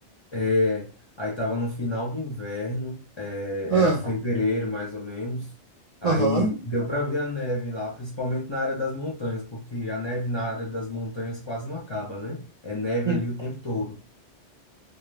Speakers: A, on the left (about 35°); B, on the right (about 50°).
A: É, Aí tava no final do inverno, eh,
B: Ah,
A: era fevereiro mais ou menos. Aí
B: Aham,
A: deu para ver a neve lá, principalmente na área das montanhas, porque a neve na área das montanhas quase não acaba, né? É neve
B: hum,
A: ali o tempo todo.